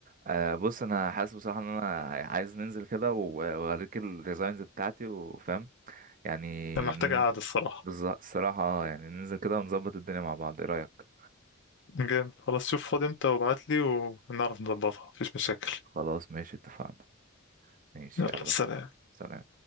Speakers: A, on the right; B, on the left.
A: آه بص انا حاسس بصراحه ان انا عايز ننزل كده و- واوريك الديزاينز بتاعتي وفاهم يعني
B: انا محتاج
A: ن-
B: قاعده الصراحه
A: بالظبط الصراحه آه، يعني ننزل كده ونظبط الدنيا مع بعض ايه رايك
B: جامد خلاص شوف فاضي امتى وابعتلي وهنعرف نظبطها مفيش مشاكل
A: خلاص ماشي اتفقنا ماشي
B: يلا
A: يلا
B: سلام
A: سلام